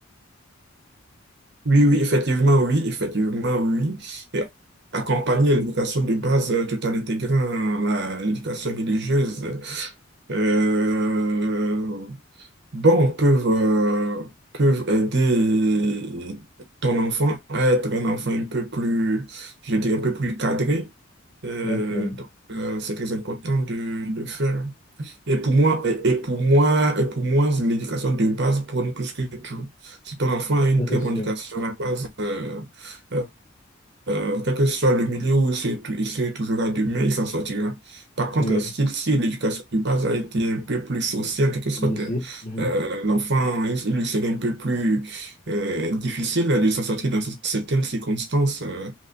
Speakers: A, on the right (about 60°); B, on the left (about 45°).
A: Oui, oui, effectivement, oui, effectivement, oui. Et accompagner l'éducation de base euh, tout en intégrant la- l'éducation religieuse. Euh, bon, peuvent, euh, peuvent aider ton enfant à être un enfant un peu plus, je dirais, un peu plus cadré. Euh,
B: D'accord,
A: donc, euh, c'est très important de le faire. Et pour moi, et, et pour moi, et pour moi, l'éducation de base prône plus que tout. Si ton enfant a une
B: ça
A: très
B: c'est sûr.
A: bonne éducation à la base, euh, euh, euh, quel que soit le milieu où il se, trou- il se trouvera demain, il s'en sortira. Par contre,
B: Oui,
A: si, si l'éducation de base a été un peu plus sociale, en quelque sorte,
B: ici. Mhm.
A: euh, l'enfant, il, il lui serait un peu plus euh, difficile de s'en sortir dans certaines circonstances, euh,